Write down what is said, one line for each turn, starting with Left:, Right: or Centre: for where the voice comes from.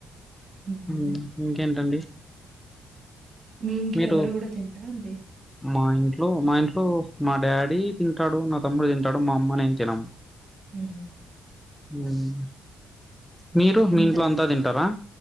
Right: హ్మ్.
Centre: మ్ ఇంకేంటండి?
Right: మీ ఇంట్లో
Centre: మీరు
Right: ఎవరూ గూడ తినరా అండి?
Centre: మా ఇంట్లో మా ఇంట్లో మా డాడీ తింటాడు. నా తమ్ముడు తింటాడు. మా అమ్మ నేను తినము.
Right: మ్ హు
Centre: మ్ మీరు
Right: ఎంత
Centre: మీ ఇంట్లో అంతా తింటారా?